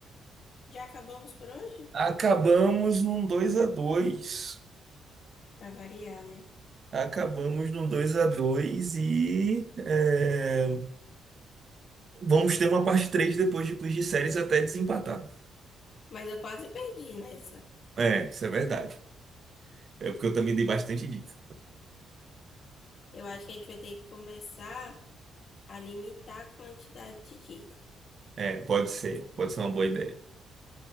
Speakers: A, on the left (about 55°); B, on the right (about 45°).
A: Já acabamos por hoje?
B: Acabamos num 2 a 2
A: Pra variar, né?
B: Acabamos num 2 a dois e é, vamos ter uma parte 3 depois de quiz de séries até desempatar.
A: Mas eu quase perdi nessa.
B: É, isso é verdade. É porque eu também dei bastante dica.
A: Eu acho que a gente vai ter que começar a limitar a quantidade de dica.
B: É, pode ser. Pode ser uma boa ideia.